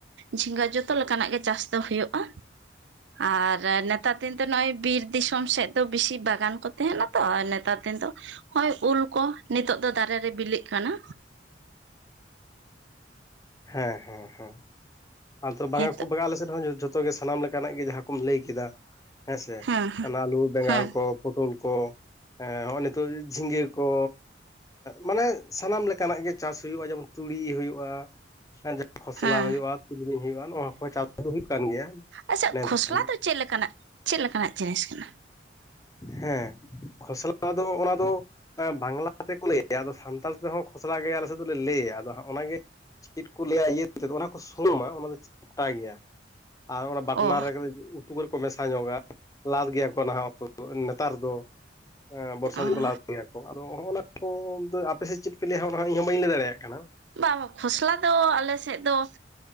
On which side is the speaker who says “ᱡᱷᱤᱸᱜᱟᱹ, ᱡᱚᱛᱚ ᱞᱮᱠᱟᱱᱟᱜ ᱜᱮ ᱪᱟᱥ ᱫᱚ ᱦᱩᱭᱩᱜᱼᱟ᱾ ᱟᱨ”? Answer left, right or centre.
Right